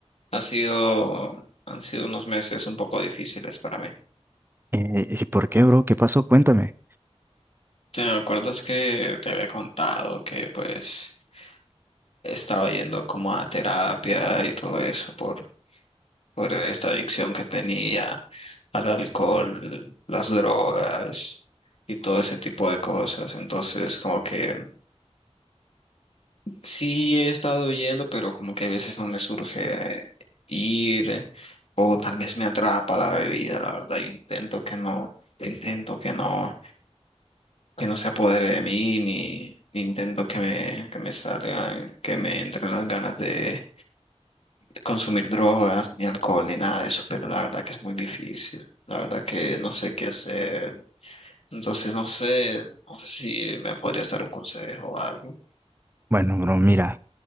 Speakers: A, on the left; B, on the right.
A: ha sido, han sido unos meses un poco difíciles para mí.
B: Eh, ¿y por qué, bro? ¿Qué pasó? Cuéntame.
A: ¿Te acuerdas que te había contado que pues estaba yendo como a terapia y todo eso por, por esta adicción que tenía al alcohol, las drogas y todo ese tipo de cosas? Entonces, como que Sí, he estado yendo, pero como que a veces no me surge ir o tal vez me atrapa la bebida, la verdad. Yo intento que no, intento que no, que no se apodere de mí, ni, ni intento que me, que me salgan, que me entren las ganas de consumir drogas, ni alcohol, ni nada de eso, pero la verdad que es muy difícil. La verdad que no sé qué hacer. Entonces no sé, no sé si me podría dar un consejo o algo.
B: Bueno, bro, mira,